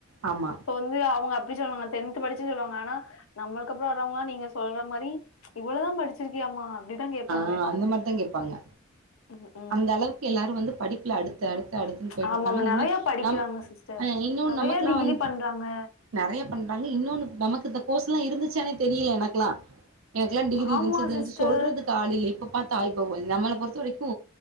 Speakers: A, on the right (about 80°); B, on the left (about 85°).
A: ஆமா
B: உன்மையா அவுங்க அப்டி சொல்லாங்க டென்த் படிச்சன்னு சொல்லுவாங்க ஆனா நம்ளுக்கு அப்ரோ வரவங்கங்ளா நீங்க சொல்ற மாரி இவ்ளோதா படிச்சிருக்கியாமா அப்டிதா கேப்பாங்க
A: ஆ அந்த மாரிதா கேக்பாங்க
B: ம் ம்
A: அந்த அளவுக்கு எல்லாரு வந்து படிப்புல அடுத் அடுத்து அடுத்து அடுத்துன்னு போயிட்டு
B: ஆமாமா
A: இருக்காங்க இன்னு
B: நெறைய படிக்கிறாங்க
A: நம்
B: சிஸ்டர்
A: இன்னு
B: நெறைய
A: நமக்ககெல்லா
B: டிகிரி
A: வந்து
B: பண்றாங்க
A: நறைய பண்றாங்க இன்னொன்னு நமக்கு இந்த கோர்ஸ்ல்லா இருந்துச்சானே தெரியில எனக்லா எனக்கில்லா டிகிரி இருந்துச்சி
B: ஆமா
A: இது இருந்துச்சி
B: சிஸ்டர்
A: சொல்றது கால்யில்ல இப்ப பாத்தா இப்போ ஒ வ நம்மள பொறுத்த வரைக்கு